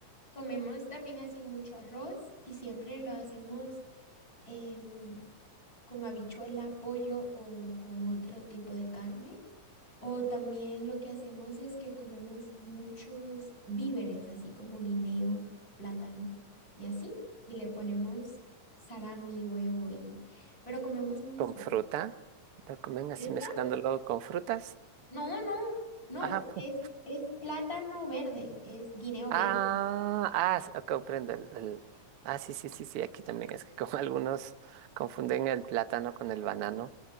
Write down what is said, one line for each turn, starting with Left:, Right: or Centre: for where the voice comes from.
Left: comemos también así mucho arroz y siempre lo hacemos em, con habichuela, pollo o con otro tipo de carne. O también lo que hacemos es que comemos muchos víveres, así como guineo, plátano y así, y le ponemos salami, huevo y... pero comemos muy fuerte.
Right: Con fruta. Lo comen así
Left: ¿Fruta?
Right: mezclándolo con frutas.
Left: No, no, no,
Right: Ajá. <laughs>
Left: es,
Right: pu-
Left: es plátano verde, es guineo
Right: Ah,
Left: verde.
Right: ah, s- ok, comprendo. El, el- Ah, sí, sí, sí, sí, aquí también es que como <laughs> algunos confunden el plátano con el banano.